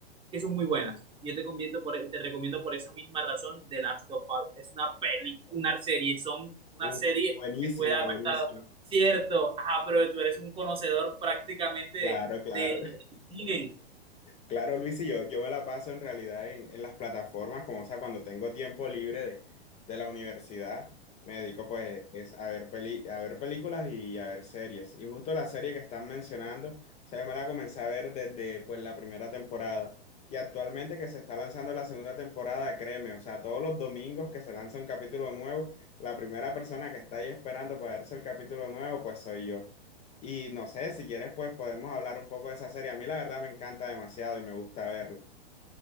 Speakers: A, on the right; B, on the left.
A: que son muy buenas. Yo te, convierto por, e, te recomiendo por esa misma razón The Last of Us. Es una película, una serie, son una
B: Uh,
A: serie
B: buenísima,
A: que puede adaptar,
B: buenísima.
A: cierto, ajá, pero tú eres un conocedor prácticamente
B: Claro, claro.
A: de, de cine.
B: Claro, Luis, y yo, yo me la paso en realidad en, en las plataformas, como o sea, cuando tengo tiempo libre de, de la universidad, me dedico pues es a ver peli, a ver películas y a ver series. Y justo la serie que están mencionando, o sea, yo me la comencé a ver desde pues la primera temporada. Y actualmente que se está lanzando la segunda temporada, créeme, o sea, todos los domingos que se lanza un capítulo nuevo, la primera persona que está ahí esperando para verse el capítulo nuevo, pues soy yo. Y no sé, si quieres, pues podemos hablar un poco de esa serie. A mí la verdad me encanta demasiado y me gusta verlo.